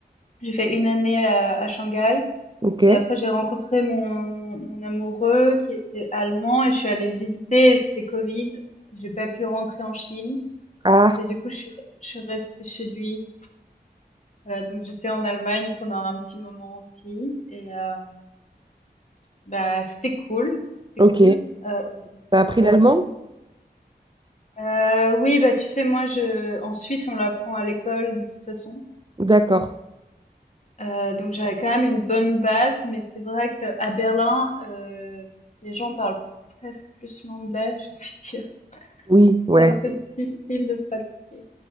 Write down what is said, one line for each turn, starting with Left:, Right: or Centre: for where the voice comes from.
Left: j'ai fait une année à, à Shanghai.
Right: Ok.
Left: Et après, j'ai rencontré mon mon amoureux qui était allemand et je suis allée le visiter. et C'était Covid. J'ai pas pu rentrer en Chine
Right: Ah,
Left: et du coup, je suis je suis restée chez lui. Voilà, donc j'étais en Allemagne pendant un petit moment aussi et euh, bah c'était cool, c'était
Right: ok.
Left: cool. Euh,
Right: T'as appris
Left: ouais.
Right: l'allemand?
Left: Euh, oui, bah tu sais, moi je en Suisse on l'apprend à l'école de toute façon.
Right: D'accord.
Left: Euh, donc j'avais quand même une bonne base, mais c'est vrai qu'à Berlin, euh, les gens parlent presque plus l'anglais, <laughs> j'ai envie de dire.
Right: Oui, ouais,
Left: C'est un peu difficile de pratiquer.